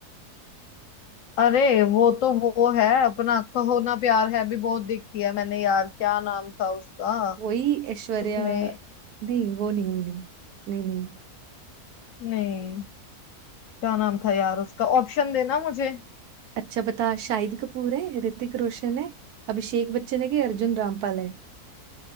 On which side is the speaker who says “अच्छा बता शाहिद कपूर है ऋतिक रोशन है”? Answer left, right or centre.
Right